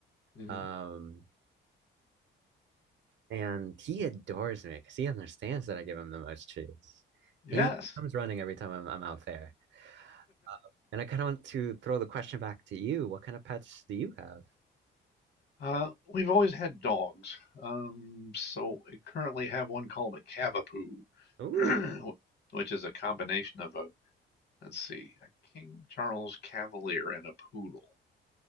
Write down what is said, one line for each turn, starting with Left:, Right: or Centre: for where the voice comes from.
Left: Mm-hmm.
Right: Um, and he adores me because he understands that I give him the most treats.
Left: Yes.
Right: He comes running every time I'm, I'm out there. Uh, And I kind of want to throw the question back to you. What kind of pets do you have?
Left: Uh, we've always had dogs. Um, so we currently have one called a Cavapoo,
Right: Ooh.
Left: <clears throat> which is a combination of a, let's see, a King Charles Cavalier and a poodle.